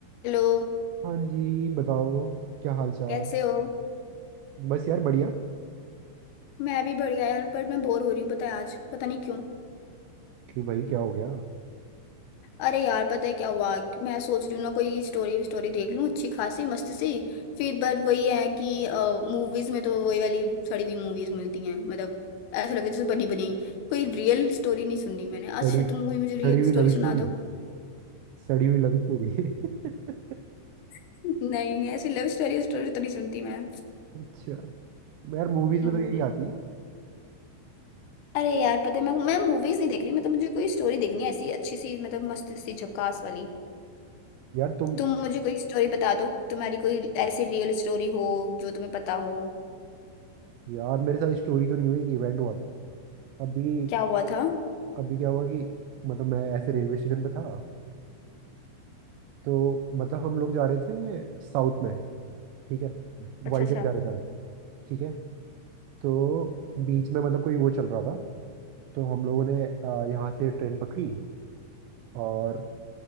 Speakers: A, on the left; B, on the right.
A: Hello
B: हाँ जी बताओ क्या हाल चाल
A: कैसे हो
B: बस यार बढ़िया
A: मैं भी बढ़िया यार पर मैं बोर हो रही हूँ पता है आज पता नहीं क्यों
B: क्यों भाई क्या हो गया
A: अरे यार पता है क्या हुआ कि मैं सोच रही हूँ ना कोई स्टोरी स्टोरी देख लूँ अच्छी खासी मस्त सी फिर बट वही है कि मूवीज में तो वही वाली सड़ी हुई मूवीज मिलती हैं मतलब ऐसा लगे जैसे बनी बनी कोई रियल स्टोरी नहीं सुननी मैंने अच्छा
B: सड़ी सड़ी
A: तुम मूवी मुझे रियल
B: हुई लव
A: स्टोरी सुना
B: स्टोरी
A: दो
B: सड़ी हुई लव स्टोरी <laughs>
A: <laughs> नहीं ऐसी लव स्टोरी स्टोरी तो नहीं सुनती मैं
B: अच्छा यार मूवीज में
A: हम्म,
B: तो यही आती है
A: अरे यार पता है मैं मैं मूवीज नहीं देख रही मतलब मुझे कोई स्टोरी देखनी है ऐसी अच्छी सी मतलब मस्त सी झकास वाली
B: यार तुम
A: तुम मुझे कोई स्टोरी बता दो तुम्हारी कोई ऐसी रियल स्टोरी हो जो तुम्हें पता हो
B: यार मेरे साथ स्टोरी तो नहीं हुई एक इवेंट हुआ था अभी
A: क्या हुआ था
B: अभी क्या हुआ कि मतलब मैं ऐसे रेलवे स्टेशन पे था तो मतलब हम लोग जा रहे थे साउथ में ठीक है
A: अच्छा
B: वाइजैक
A: अच्छा
B: जा रहे थे हम ठीक है तो बीच में मतलब कोई वो चल रहा था तो हम लोगों ने अ, यहाँ से ट्रेन पकड़ी और